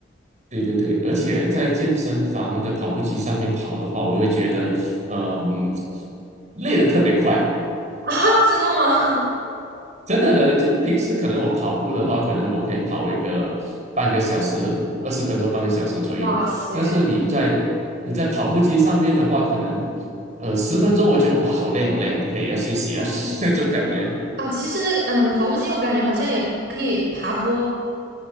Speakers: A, on the right; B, on the right.
A: 对对对，而且在健身房的跑步机上面跑的话，我会觉得，嗯，累得特别快。
B: 啊？<laughs> 真的吗？
A: 真的的，就平时可能我跑步的话，可能我可以跑一个半个小时、二十分钟、半个小时左右。
B: 哇塞，
A: 但是你在你在跑步机上面的话，可能呃十分钟，我觉得哇，好累好累啊，不可以要休息了
B: 哦
A: <laughs> 那种感觉。
B: 这样啊，其实嗯，跑步机我感觉好像也可以爬坡，